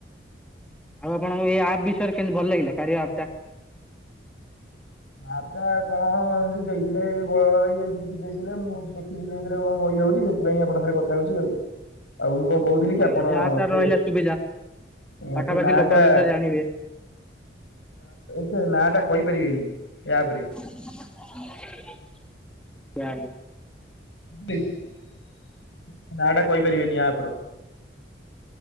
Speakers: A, in the centre; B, on the left.
A: ଆଉ ଆପଣଙ୍କୁ ଏ ଆପ୍ ବିଷୟରେ କେମିତି ଭଲ ଲାଗିଲା କାରିଆ ଆପ୍ ଟା?
B: ଆପ୍ କଣ ଏମିତି ଦେଇଥିଲେ ଏଇ ବଳିଆ ଭାଇ ଏମିତି କିଛି ଦେଇଥିଲେ ମୁଁ ଦେଖିଲି ଦେଇଥିଲେ। ମଇ ହଉଛି ସେଠି ସେଥିପାଇଁ ଆପଣଙ୍କ ରେ କଥା ହଉଛି ଆଉ। ଆଉ ମୁଁ କଣ କହୁଥିଲି କି
A: ଆଜ୍ଞା
B: ଆପଣ
A: ଏ ଆପ୍ ଟା
B: ସେ
A: ରହିଲା ସୁବିଧା
B: ସେ
A: ପାଖାପାଖି
B: ନା
A: ଲୋକଙ୍କ
B: ଟା
A: ବିଷୟରେ ଜାଣିବେ
B: ସେ ନା ଟା କହିପାରିବେନି? ଏହା ପରେ
A: <unintelligible>
B: ନାଁ ଟା କହିପାରିବିନି ଆପ୍ ର।